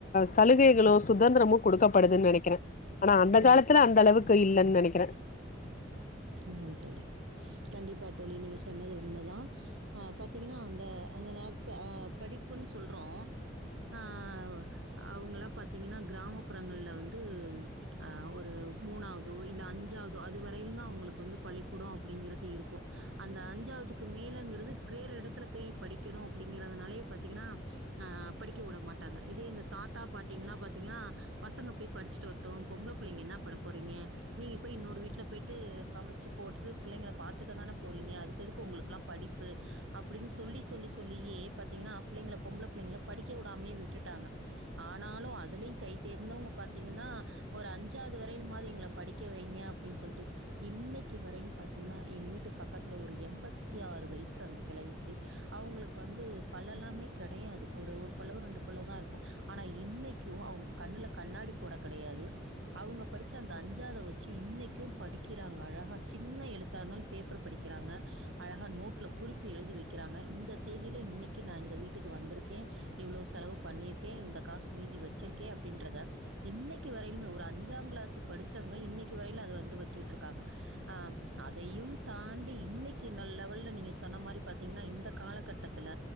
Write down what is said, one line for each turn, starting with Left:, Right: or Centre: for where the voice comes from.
Left: சலுகைகளு சுதந்ரமு குடுக்கப்படுது நெனக்கிற அனா அந்த
Right: கண்டிப்
Left: காலத்துல அந்த அளவுக் கு இல்லன் நெனக்கிற
Right: அமாம் தோழி கண்டிப்பா தோழி நீங்க சொன்னது உண்மதா அ பாத்தீங்னா அந்த அந்த நேரத்த அ படிப்புன் சொல்றோ ஆ ஒ அவுங்கலா பாத்தீங்கனா கிராமப்புறங்கள் ல வந்து அ ஒரு மூணாவ்தோ இல்ல அஞ்சாவ்தோ அதுவரையில்தா அவங்ளு கொந்து பள்ளிக்கூடோ அப்புடிங்கிறது இருக்கு அந்த அஞ்சாவ்துக்கு மேலங்குறது வேற எடத்துல பேய் படிக்கனு அப்புடிங்கிறதுனாலே பாத்திங்கனா அ படிக்க உடமாட்டாங்க இதே இந்த தாத்தா பாட்டிங்ளா பாத்திங்கனா பசங்க பேய் படிச்சிட்டு வர்ட்டு பொம்ள புள்ளைங்க என்னா பண்ண போறிங்க நீங்க போய் இன்னொரு வீட் ட்ல பொய்ட்டு மச்சு போட்டு புள்ளைங்கள பாத்துக்கதான போறீங்க அதுக்கு எதுக்கு ஒங்ளுக்குலா படிப்பு அப்புடின் சொல்லி சொல்லி சொல்லியே பாத்தீங்ன்னா பிள்ளைங்ள பொம்ள பிள்ளைங்ள படிக்க உடாம்யே விட்டுட்டாங்க ஆனாலு அதுலி கைத்தேர்ந்தவுங்க பாத்தீங்கனா ஒரு அஞ்சாது வரையிலிமாது எங்ள படிக்க வைங்க அப்டின் சொல்ட்டு இன்னக்கி வரைலு பாத்தீங்னா எங்கெ வீட்க் பக்கத்ல ஒரு எம்பத்திஆறு வய்சு அந் கிளவிக்கி அவுங்ளுக்கு வந்து பல்லலாமே கெடயாது ஒரு ஒரு பல்லோ ரெண்டு பல்லோதா இருக்கு அனா இன்னைக்கு அவுங்க கண்ணுல கண்ணாடி போடக் கடையாது அவுங்க படிச்ச அந்த அஞ்சாத வச்சு இன்னக்கு படி கிறாங்க அழகா சின்ன எழுத்தா இருந்தாலு பேப்பர் படிக்கிறாங்க அழகா நோட்ல குறிப்பு எழுதி வக்கிறாங்க இந்த தேதில இன்னக்கி நா இந்த வீட்டுக்கு வந்துருக்கே இவ்ளோ செலவு பண்ணிருக்கே இந்த காஸ் மீதி வச்சிர்க்கே அப்டின்றத இன்னக்கி வரயிலுமே ஒர் அஞ்சாங்ளாஸு படிச்சவ்ங்க இன்னக்கி வரையில அது வந்து வ சிகிட்ருக்காங்க அ அதையும் தாண்டி இன்னக்கி நல் லெவல்ல நீங்க சொன்ன மாரி பாத்தீங்ன்னா இந்த காலகட்டத்துல